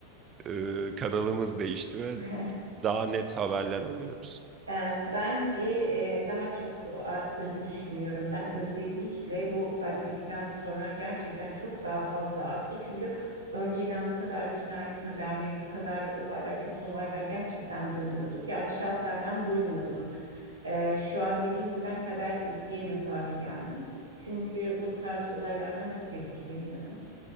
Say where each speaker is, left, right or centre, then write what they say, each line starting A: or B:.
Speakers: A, on the right (about 25°); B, on the right (about 80°).
A: e, kanalımız değişti ve
B: <laughs>
A: daha net haberler alıyoruz.
B: E, Bence e, daha çok arttığını düşünüyorum. Ben özellikle bu pandemiden sonra gerçekten çok daha fazla arttı. Çünkü önceden bu kadar cinayet haberleri, bu kadar olaylar, kötü olaylar gerçekten duymuyorduk. Yani şahsen ben duymuyordum. Ee, şu an dediğim gibi ben haber izleyemez hale geldim. Çünkü bu tarz olaylardan çok etkileniyorum.